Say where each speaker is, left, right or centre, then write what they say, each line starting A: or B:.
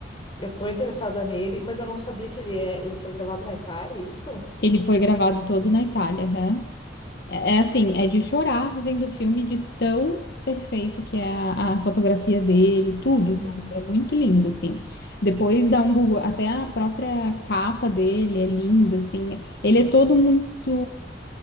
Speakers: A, on the left; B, on the left.
A: Eu tô interessada nele, mas eu não sabia que ele é. Ele foi gravado na Itália, é isso?
B: ele foi gravado todo na Itália, né? É é assim, é de chorar vendo o filme de tão perfeito que é a, a fotografia dele, tudo,
A: Uhum.
B: tudo. É muito lindo, assim. Depois dá um Google, até a própria capa dele é linda, assim. Ele é todo muito.